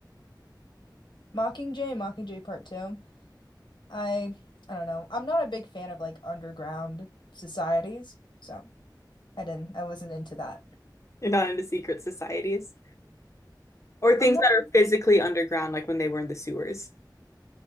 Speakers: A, on the left (about 75°); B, on the left (about 40°).
A: Mockingjay, Mockingjay Part 2. I I don't know. I'm not a big fan of like underground societies, so I didn't I wasn't into that.
B: not into secret societies or things
A: I'm not
B: that
A: in,
B: are physically underground, like when they were in the sewers.